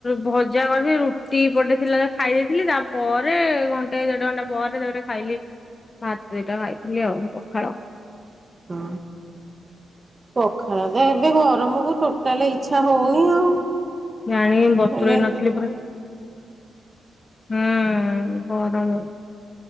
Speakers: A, on the left; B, on the right.
A: ଭଜା କରିଥିଲି ରୁଟି ପଟେ ଥିଲା ଖାଇ ଦେଇଥିଲି ତାପରେ ଘଣ୍ଟେ ଦେଢ ଘଣ୍ଟା ପରେ ତାପରେ ଖାଇଲି ଭାତ ଦିଟା ଖାଇଥିଲି ଆଉ ପଖାଳ।
B: ହଁ ପଖାଳ ତ ଏବେ ଗରମକୁ ଟୋ ଟାଲ ଇଚ୍ଛା ହଉନି ଆଉ
A: ଜାଣିକି ବତୁରେଇ
B: ହେଲେ
A: ନଥିଲି ପୁରା ହୁଁ ଗରମ।